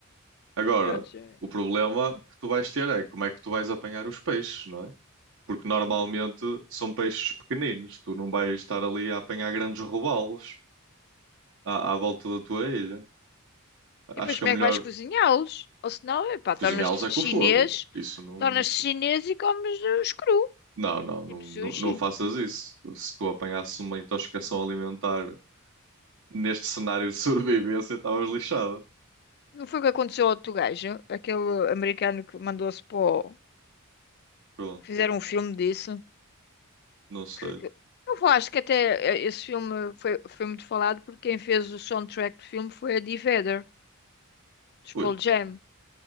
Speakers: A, on the right; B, on the left.
A: Agora,
B: Prontos. é.
A: o problema que tu vais ter é como é que tu vais apanhar os peixes, não é? Porque normalmente são peixes pequeninos, tu não vais estar ali a apanhar grandes robalos à, à volta da tua ilha.
B: E
A: Acho
B: depois
A: que
B: como
A: é melhor
B: é que vais cozinhá-los? Ou senão, epá, tornas-te
A: cozinhá-los é com
B: chinês,
A: o fogo. Isso não,
B: tornas-te
A: isso-
B: chinês e comes os cru.
A: Não, não, não,
B: Tipo sushi.
A: não, não faças isso. Se tu apanhasses uma intoxicação alimentar neste cenário de <laughs> sobrevivência, estavas lixada.
B: Não foi o que aconteceu ao outro gajo? Aquele americano que mandou-se para o...
A: Pronto,
B: que fizeram um filme disso.
A: não sei.
B: Que... que- Não falaste que até eh, esse filme foi, foi muito falado porque quem fez o soundtrack do filme foi a Eddie Vedder, dos
A: Ui,
B: Pearl Jam.